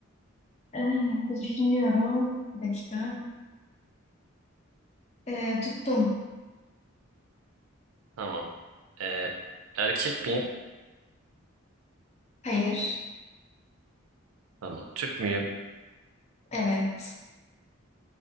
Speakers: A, on the left (about 30°); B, on the right (about 85°).
A: Ee, düşünüyorum. Bir dakika. Ee, tuttum.
B: Tamam. Ee, erkek miyim?
A: Hayır.
B: Tamam. Türk müyüm?
A: Evet.